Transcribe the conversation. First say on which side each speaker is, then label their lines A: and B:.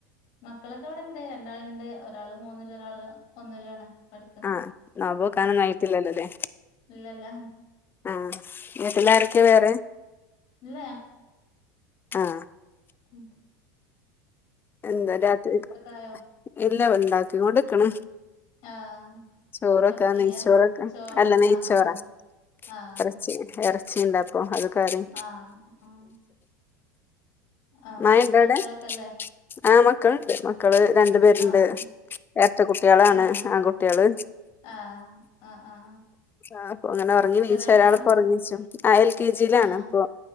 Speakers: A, on the left (about 50°); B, on the left (about 20°).
A: മക്കളൊക്കെ അവിടെണ്ട് രണ്ടാള ഉണ്ട് ഒരാൾ മൂന്നില ഒരാൾ ഒന്നില ആണ് പഠിക്കണ
B: ആഹ് നോമ്പ് നോൽക്കാനൊന്നും ആയിട്ടില്ലല്ലോല്ലേ
A: ഇല്ലല്ല
B: ആഹ് വീട്ടിലാരൊക്കെ
A: ഞാൻ
B: വേറെ
A: ഇല്ല
B: ആഹ
A: ഉം
B: എന്താ രാത്രി
A: ആയോ
B: എല്ല ഉണ്ടാക്കി കൊണ്ടോ യിരിക്ക്ണ്
A: ആഹ്
B: ചോറൊക്കെ
A: പത്തിരിയാ
B: നെയ്ച്ചോറൊക്കെ
A: ചോറ
B: അല്ല നെയ്ച്ചോറാ
A: ആഹ് ആഹ് ആഹ്
B: ഇറച്ചി ഇറച്ചി ഉണ്ടപ്പൊ അത് കറി
A: ആഹ് ആഹ് ആഹ്
B: മ ഴയുണ്ടോ
A: മക്കളൊക്കെല്ലേ
B: വിടെആഹ് മക്കളു ഉണ്ട് മ മക്കള് രണ്ടു പേരുണ്ട്
A: ആഹ്
B: ഏരട്ട കുട്ടികളാണ്
A: ആഹ്
B: ആൺകുട്ടികള്
A: ആഹ് ആഹ് ആഹ്
B: ആ അ അങ്ങനെ ഉറങ്ങി നീച്ചു
A: ചെറിയ കുട്ടികളാ
B: ഒരാളിപ്പോ ഉറങ്ങിച്ചു ആ എൽ കെ ജിയിലാണ്
A: ആഹ്
B: അപ്പൊ